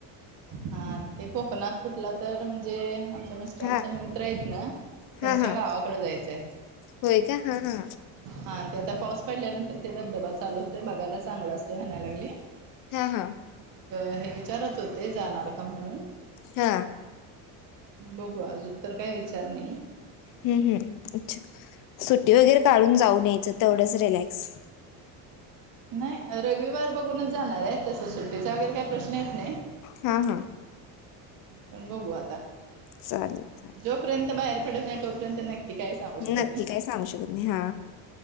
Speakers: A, on the right; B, on the left.
A: हा ते कोकणात कुठला तर म्हणजे.. मिस्टरांचा
B: हा
A: मित्र आहेत ना त्यांच्या
B: हा हा
A: गावाकडे जायचंय.
B: होय का हा हा
A: हा ते आता पाऊस पडल्यानंतर ते धबधबा चालू होतय बघायला चांगला असतय म्हणायलागली.
B: हा हा
A: हे विचारत होते जाणार का म्हणून.
B: हा.
A: बघू अजून तर काय विचार नाही.
B: हम्म हम्म अच्छा सुट्टी वगैरे काढून जाऊन यायचं तेवढंच रिलॅक्स.
A: नाही रविवार बघूनच जाणार आहे तसं सुट्टीचा वगैरे काही प्रश्न येत नाही.
B: हा हा.
A: पण बघू आता.
B: चालेल चालेल
A: जोपर्यंत बाहेर पडतच नाही तोपर्यंत नक्की.. कि काही सांगू शकत
B: नक्की
A: नाही
B: काय सांगू शकत नाही हा